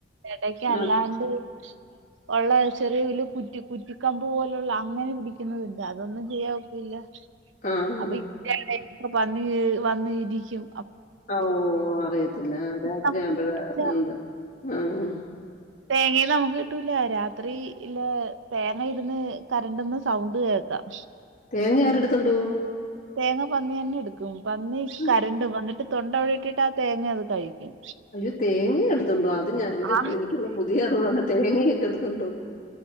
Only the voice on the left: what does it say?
നം
ആഹ്
ഓ അറിയത്തില്ല ഏഹ് രാത്രിയാവുമ്പഴാ
<unintelligible> ആഹ്
തേങ്ങ ആരെടുത്തോണ്ട് പോവും
ഉം.
അയ്യോ തേങ്ങയും എടുത്തോണ്ട് പോവോ അത് ഞാ എന്റെ
എനിക്കുള്ള പുതിയ അറിവാണ് തേങ്ങയൊക്കെ എടുത്തോ